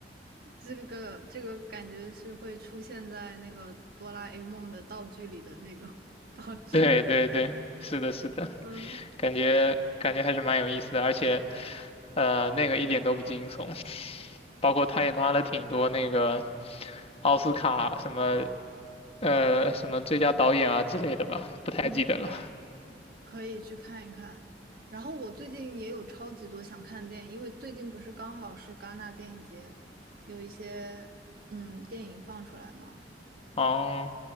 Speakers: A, on the right; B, on the left.
A: 这个这个感觉是会出现在那个哆啦 A 梦的道具里的那种 <laughs> 道具，
B: <laughs> 对对对，
A: <laughs>
B: 是的，是的，
A: 嗯，
B: 感觉感觉还是蛮有意思的，而且，呃，那个一点都不惊悚。包括他也拿了挺多那个奥斯卡什么呃什么最佳导演啊之类的吧，不太记得了。
A: 嗯可以去看一看。然后我最近也有超级多想看的电影，因为最近不是刚好是戛纳电影节，有一些嗯电影放出来嘛，
B: 哦，